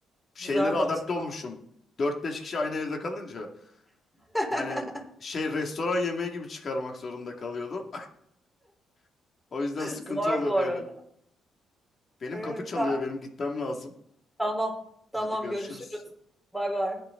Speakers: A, on the left; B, in the centre.
A: şeylere
B: Güzel
A: adapte
B: bir alışkanlık.
A: olmuşum. dört beş kişi aynı evde kalınca
B: <laughs>
A: hani şey restoran yemeği gibi çıkarmak zorunda kalıyordum. <laughs> O yüzden sıkıntı
B: Zor
A: oluyordu
B: bu arada.
A: yani. Benim
B: Ee,
A: kapı çalıyor,
B: ka-
A: benim gitmem lazım.
B: tamam
A: Hadi
B: tamam
A: görüşürüz.
B: görüşürüz. Bay bay.